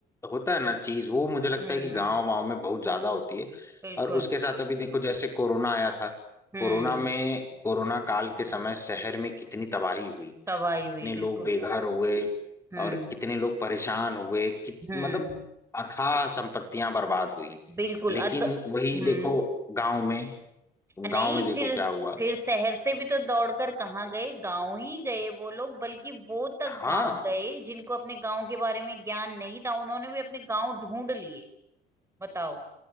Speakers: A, on the left; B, on the right.
A: होता है ना चीज वो मुझे लगता
B: हम्म
A: है कि गांव वाँव में बहुत ज्यादा होती है
B: बिल्कुल
A: और उसके साथ अभी देखो जैसे कोरोना आया था
B: हम्म
A: कोरोना में कोरोना काल के समय शहर में कितनी तबाही हुई
B: तबाही
A: कितने
B: हुई
A: लोग
B: बिल्कुल
A: बेघर हुए
B: हम्म
A: और कितने लोग परेशान हुए कित,
B: हम्म
A: मतलब अथाह संपत्तियां बर्बाद हुई
B: बिल्कुल
A: लेकिन
B: और द-
A: वही
B: हम्म
A: देखो गांव में
B: नहीं
A: गांव में देखो
B: फिर
A: क्या हुआ
B: फिर शहर से भी तो दौड़कर कहाँ गए गांव ही गए वो लोग बल्कि वो तक
A: हाँ
B: गांव गए जिनको अपने गांव के बारे में ज्ञान नहीं था उन्होंने भी अपने गांव ढूंढ लिए बताओ